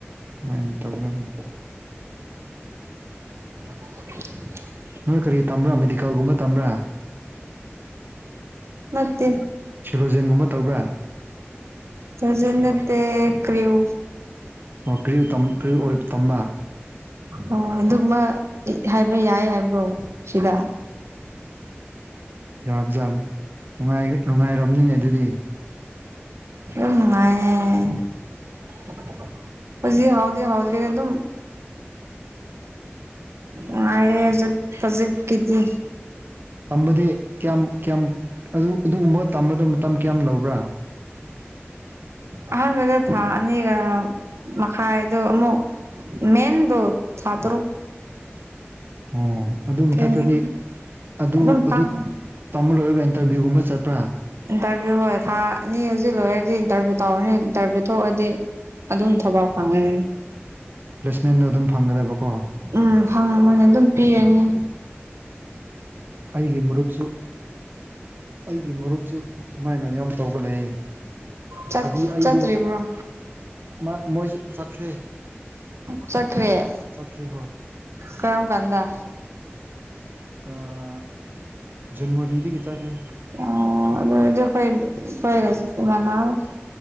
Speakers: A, on the right; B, on the right.
A: ꯁꯨꯃꯥꯏꯅ ꯇꯧꯒꯅꯤ
B: <inaudible>
A: ꯅꯣꯏ ꯀꯔꯤ ꯇꯝꯕ꯭ꯔꯥ ꯃꯦꯗꯤꯀꯦꯜꯒꯨꯝꯕ ꯇꯝꯕ꯭ꯔꯥ
B: ꯅꯠꯇꯦ
A: ꯁꯦꯂꯣꯖꯦꯟꯒꯨꯝꯕ ꯇꯧꯕ꯭ꯔꯥ
B: ꯆꯥꯖꯔ ꯅꯠꯇꯦ ꯀ꯭ꯔꯤꯌꯨ
A: ꯑꯣ ꯀ꯭ꯔꯤꯎ ꯇꯝ ꯀ꯭ꯔꯤꯎ ꯑꫭꯏꯕ ꯇꯝꯕ
B: ꯑꯣ ꯑꯗꯨꯒꯃ ꯍꯥꯏꯕ ꯌꯥꯏ ꯍꯥꯏꯕ꯭ꯔꯣ ꯁꯤꯗ
A: ꯌꯥꯕꯖꯥꯠꯅꯤ ꯅꯨꯡ ꯉꯥꯏꯔꯤ ꯅꯨꯡꯉꯥꯏꯔꯝꯅꯤꯅꯦ ꯑꯗꯨꯗꯤ
B: ꯗꯨꯝ ꯅꯨꯡꯉꯥꯏꯌꯦ <inaudible> ꯍꯨꯖꯤꯛ ꯍꯥꯎꯗꯤ ꯍꯥꯎꯗ꯭ꯔꯤ ꯑꯗꯨꯝ ꯅꯨꯉꯥꯏꯌꯦ ꯑꯖꯤꯛ ꯍꯧꯖꯤꯛ ꯀꯤꯗꯤ
A: ꯇꯝꯕꯗꯤ ꯀꯌꯥꯝ ꯀꯌꯥꯝ ꯑꯗꯨ ꯑꯗꯨꯒꯨꯝꯕꯒ ꯇꯝꯕꯗ ꯃꯇꯝ ꯀꯌꯥꯝ ꯂꯧꯕ꯭ꯔꯥ
B: ꯑꯍꯥꯟꯕꯗ ꯊꯥ ꯑꯅꯤꯒ ꯃꯈꯥꯏꯗꯣ ꯑꯃꯨꯛ ꯃꯟꯗꯣ ꯊꯥꯇꯔꯨꯛ
A: ꯑꯣ ꯑꯗꯨ
B: ꯇ꯭ꯔꯦꯅꯤꯡ
A: ꯃꯊꯛꯇꯗꯤ ꯑꯗꯨ
B: ꯑꯗꯨꯝ
A: ꯑꯗꯨ
B: ꯐꯪꯉꯦ
A: ꯇꯝꯕ ꯂꯣꯏꯔꯒ ꯏꯟꯇꯔꯚꯤꯌꯨꯒꯨꯝꯕ ꯆꯠꯄ꯭ꯔꯥ
B: ꯏꯟꯇꯔꯚꯤꯌꯨ ꯍꯣꯏ ꯊꯥ ꯑꯅꯤ ꯍꯧꯖꯤꯛ ꯂꯣꯏꯣꯔꯗꯤ ꯏꯟꯇꯔꯚꯤꯌꯨ ꯇꯧꯔꯅꯤ ꯏꯟꯇꯔꯚꯤꯌꯨ ꯊꯣꯛꯑꯗꯤ ꯑꯗꯨꯝ ꯊꯕꯛ ꯐꯪꯉꯩ
A: ꯄ꯭ꯂꯦꯁꯃꯦꯟꯗꯣ ꯑꯗꯨꯝ ꯐꯪꯒꯗꯕꯀꯣ
B: ꯎꯝ ꯐꯪꯕ ꯅꯦ ꯑꯗꯨꯝ ꯄꯤꯔꯅꯤ
A: ꯑꯩꯒꯤ ꯃꯔꯨꯞꯁꯨ ꯑꯩꯒꯤ ꯃꯔꯨꯞ ꯑꯗꯨꯨꯃꯥꯏꯅ ꯌꯥꯝ ꯇꯧꯕ ꯂꯩ
B: ꯆꯠ
A: ꯑꯗꯨ ꯑꯩꯗꯣ
B: ꯆꯠꯇ꯭ꯔꯤꯕ꯭ꯔꯣ
A: ꯑꯥ ꯃꯣꯏꯁꯨ ꯆꯠꯇ꯭ꯔꯦ
B: ꯆꯠꯈ꯭ꯔꯦ
A: ꯆꯠꯇ꯭ꯔꯦ ꯍꯣꯏ
B: ꯀꯔꯝ ꯀꯥꯟꯗ
A: ꯑꯥ ꯖꯟꯋꯥꯔꯤꯗꯒꯤ ꯆꯠꯈ꯭ꯔꯦ
B: ꯑꯣ ꯑꯗꯨ <unintelligible> ꯃꯅ